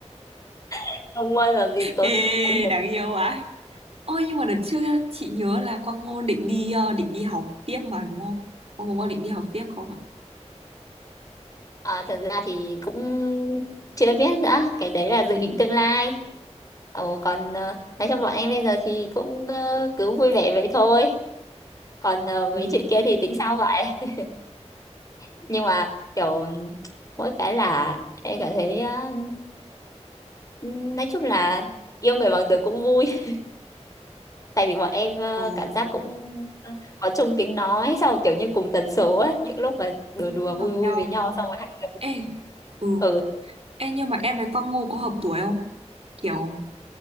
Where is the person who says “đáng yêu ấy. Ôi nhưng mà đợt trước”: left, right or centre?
Right